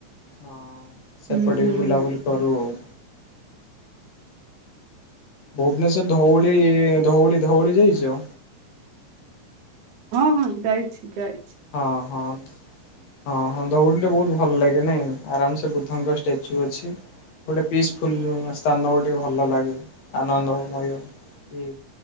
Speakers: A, on the left; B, on the right.
A: ହ ସେପଟେ
B: ହୁଁ ହୁଁ
A: ବି ବୁଲାବୁଲି କରୁ ଆଉ। ଭୁବନେଶ୍୍ୱର ଧଉଳି ଧଉଳି ଧଉଳି ଯାଇଛ।
B: ହଁ ହଁ ଯାଇଛି ଯାଇ
A: ହଁ ହଁ। ହଁ ହଁ ଦୌଡିଲେ ବହୁତ ଭଲ ଲାଗେ ନାଇ ଆରାମସେ ବୁଦ୍ଧଙ୍କ ଷ୍ଟାଚ୍ୟୁ ଅଛି। ଗୋଟେ ପିସଫୁଲ ସ୍ଥାନ ଗୋଟେ ଭଲ ଲାଗେ ଆନନ୍ଦ ମୟ ହୁଁ